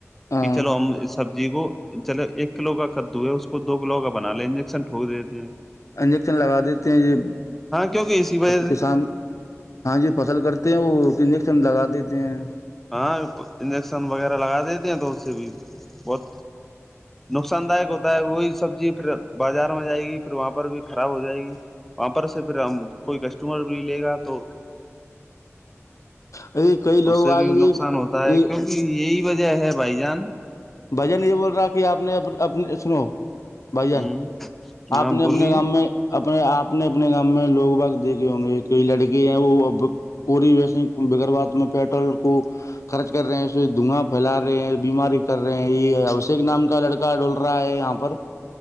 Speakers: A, on the left; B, in the centre.
A: ہاں
B: کہ چلو ہم سبزی کو چلو ایک کلو کا کدو ہے اس کو دو کلو کا بنا لیں انجیکشن ٹوک د ہ
A: انجیکشن لگا دیتے ہیں
B: کیونکہ اسی وجہ سے
A: کسان ہاں جی فصل کرتے ہیں وہ انجیکشن لگا دیتے ہیں
B: ہاں انجیکشن وغیرہ لگا دیتے ہیں تو اس سے بھی بہت نقصان داک ہوتا ہے وہی سبزی پھر بازار میں جائے گی پھر وہاں پر بھی خراب ہو جائے گی وہاں پر سے پھر ہم کوئی کسٹمر بھی لے گا تو
A: ارے کئی لوگ
B: اس سے
A: آ
B: بھی
A: یہ
B: نقصان ہوتا ہے
A: یہ
B: کیونکہ یہی وجہ ہے بھائی جان
A: بھجن یہ بول رہا کہ آپ نے اپنی سنو بھائی جان
B: ہ ہاں
A: آپ نے
B: بولیے
A: اپنے گام میں اپنے اپنے اپنے گامں میں لوگ بگ دیکھے ہوں گے کئی لڑکے ہیں وہ ا کوری ویسے بغگر بات میں پیٹرول کو خرچ کر رہے ہیں اس سے دھواں پھیلا رہے ہیں بیماری کو کر رہے ہیں یہ ابشیک نام کا لڑکا ڈول رہا ہے یہاں پر